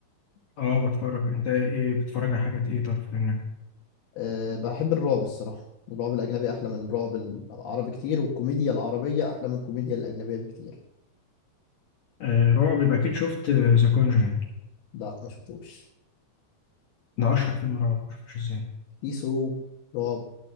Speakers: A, on the left; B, on the left.
A: أه بتفرج أنت إيه بتتفرج على حاجات إيه طيب في الأجنبي
B: آه بحب الرعب الصراحه الرعب الاجنبي احلى من الرعب العربي كتير والكوميديا العربيه احلى من الكوميديا الاجنبيه بكتير
A: آه رعب يبقى أكيد شفت ذا كونجرينج
B: لا ما شفتوش
A: ده أشهر فيلم رعب مشفتوش إزاي
B: في سو رعب